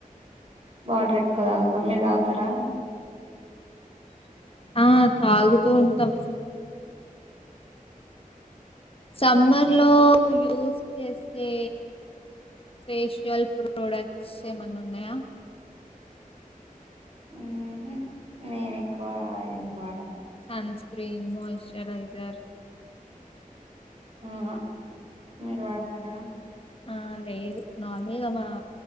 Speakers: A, on the right; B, on the left.
A: వాటర్ ఎక్కువ తాగ్తామ్. మీరు తాగుతారా?
B: ఆ తాగుతూ ఉంటామ్ సమ్మర్లో యూజ్ చేసే ఫేషియల్ ప్రోడక్ట్స్ ఏమైన్నా ఉన్నయా.
A: ఉహు నేను ఎక్కువ ఏం వాడను
B: సన్ క్రీమ్, మాయిశ్చరైజర్
A: అహ హ్ మీరు వాడ్తారా
B: ఆ లేదు నార్మల్గా మా